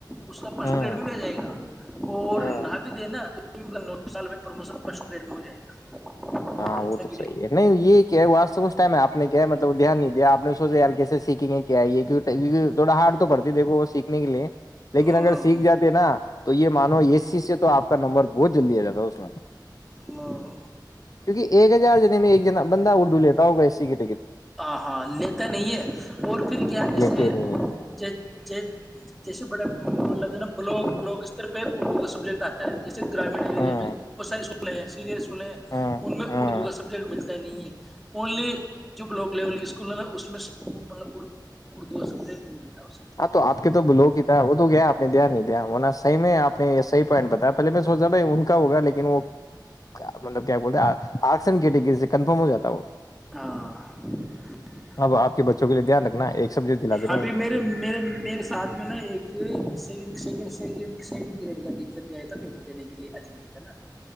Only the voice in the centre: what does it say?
اس کا فسٹ
پلیٹ بھی آ جائے گا اور
نہا بھی دے نا تو <unintelligible>
کتنا
بڑی
ہاں
ہاں
ہاں
ہاں ہاں لیتا نہیں ہے اور پھر کیا جیسے
جیسے بڑے مطلب جو ہے نا بلاگ بلاگ استر پہ اردو کا سبجیکٹ آتا ہے جیسے گامین اییریا
میں بہت ساری اسک اسول سینئر اسکول ہیں
ان میں
اردو کا سبجیکٹ ملتا ہی نہیں ہے اونلی جب ب لوک لیول کے اسکول ہیں نا اس میں سے مطلب اردو کا سبجیکٹ ملتا ہے اس میں
<unintelligible>
ابھی
میرے میرے میرے ساتھ میں نا ایک second second second second grade کا ٹیچر گیا تھا پیپر دینے کے لیے اجمیر ہے نا